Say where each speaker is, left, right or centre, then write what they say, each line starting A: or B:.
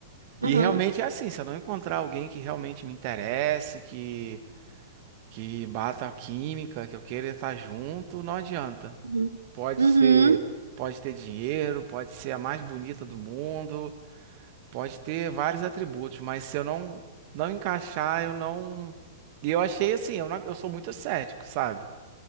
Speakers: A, on the right; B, on the right.
A: E
B: Aham.
A: realmente é assim, se eu não encontrar alguém que realmente me interesse, que que bata a química, que eu queira estar junto, não adianta.
B: Uhum.
A: Pode
B: Uhum.
A: ser, pode ter dinheiro, pode ser a mais bonita do mundo, Pode ter vários atributos, mas se eu não não encaixar, eu não. E eu achei assim, eu não- eu sou muito cético, sabe?